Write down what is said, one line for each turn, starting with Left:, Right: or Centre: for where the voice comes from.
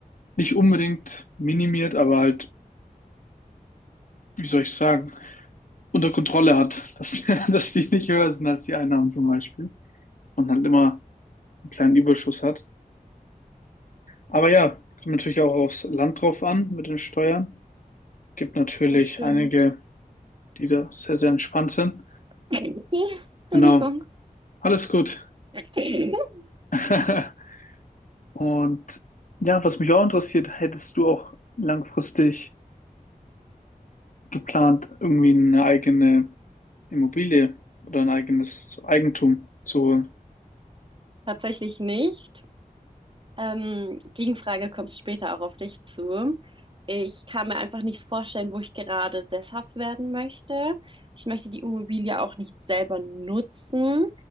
Left: nicht unbedingt minimiert, aber halt, wie soll ich sagen, unter Kontrolle hat, dass, <laughs> dass die nicht höher sind als die Einnahmen zum Beispiel und halt immer einen kleinen Überschuss hat. Aber ja, kommt natürlich auch aufs Land drauf an mit den Steuern. Gibt natürlich
Right: das stimmt.
Left: einige, die da sehr, sehr entspannt sind.
Right: <laughs> Entschuldigung.
Left: Genau. Alles gut.
Right: <laughs>
Left: <laughs> Und ja, was mich auch interessiert, hättest du auch langfristig geplant, irgendwie eine eigene Immobilie oder ein eigenes Eigentum zu holen?
Right: Tatsächlich nicht. Ähm, Gegenfrage kommt später auch auf dich zu. Ich kann mir einfach nicht vorstellen, wo ich gerade sesshaft werden möchte. Ich möchte die Immobilie auch nicht selber nutzen.